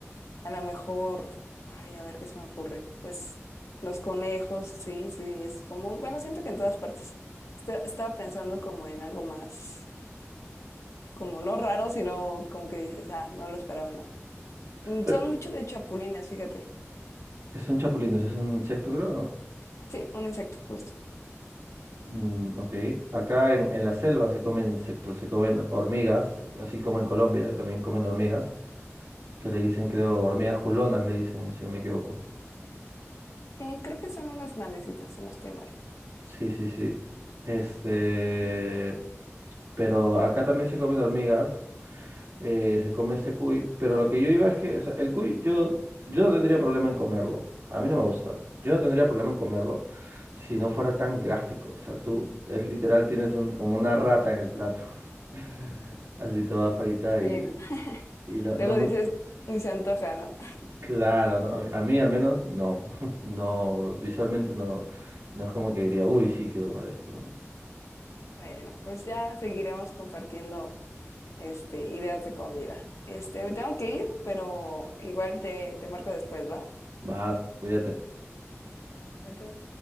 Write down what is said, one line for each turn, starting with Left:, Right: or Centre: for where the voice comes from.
Left: A lo mejor, ay, a ver qué se me ocurre. Pues los conejos, sí, sí, es común. Bueno, siento que en todas partes. Esta- estaba pensando como en algo más, como no raro, sino como que dices, ah, no lo esperaba, no. Mm,
Right: Pero,
Left: Son mucho de chapulines, fíjate.
Right: ¿qué son chapulines? ¿Es un insecto, creo? No.
Left: Sí, un insecto, justo.
Right: Mm, ok. Acá en, en la selva se comen insectos, se comen hormigas, así como en Colombia, que también comen hormigas, que le dicen, creo, hormigas culonas, le dicen, si no me equivoco.
Left: Sí, creo que son unas grandecitas, si no estoy mal.
Right: Sí, sí, sí. Este, pero acá también se comen hormigas eh, se come este cuy, pero lo que yo iba es que, o sea, el cuy yo, yo no tendría problema en comerlo, a mí no me gusta, yo no tendría problema en comerlo si no fuera tan gráfico, o sea, tú es literal, tienes un- como una rata en el plato, <laughs> así toda frita
Left: Sí,
Right: y,
Left: no.
Right: y no,
Left: Luego
Right: no muy
Left: dices, ni se antoja, ¿no?
Right: claro, ¿no? A mí, a mí al menos no, <laughs> no, visualmente no, no es como que diría, uy, sí, quiero comer esto, ¿no?
Left: Bueno, pues ya seguiremos compartiendo este, ideas de comida. Este, me tengo que ir, pero igual te, te marco después, ¿va?
Right: Va, cuídate.
Left: sede